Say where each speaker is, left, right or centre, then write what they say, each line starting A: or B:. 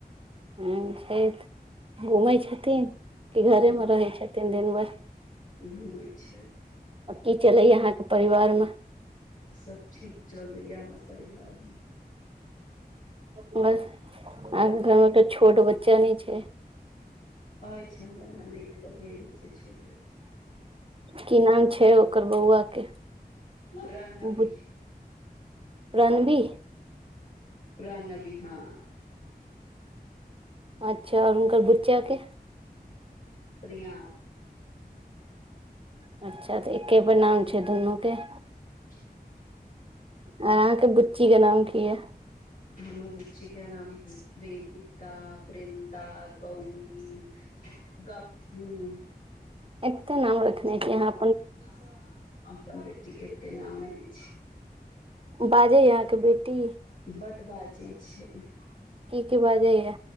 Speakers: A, on the right; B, on the left.
A: हु छैथ घूमै छथिन कि घरे
B: हँ
A: मे रहै छथिन दिनभर
B: नहि छै
A: की चलैया अहाँके परिवार मे
B: सब ठीक चलैया हमर परिवार में
A: बस आ घर मे तऽ छोट बच्चा नय छै
B: आइ छै हमर म ने एक बेर छै छोटब
A: की नाम छै ओकर बौआ के
B: रनवी
A: बु रणवी
B: पुर न भी हँ
A: अच्छा आरुनकर बुच्चा के
B: प्रिया
A: अच्छा तऽ एक्के पर नाम छै दुनू के
B: हँ
A: आर अहाँ के बुच्ची के नाम की ये
B: न बुच्चिक नाम वेदिका ब्रन्द तऽ गी गी
A: एते नाम रखने छै यहाँ
B: हं अपन बेटी के एते नाम लबै छै
A: बाजै या अहाँके बेटी
B: बड बाजइ छै
A: की की बाजैय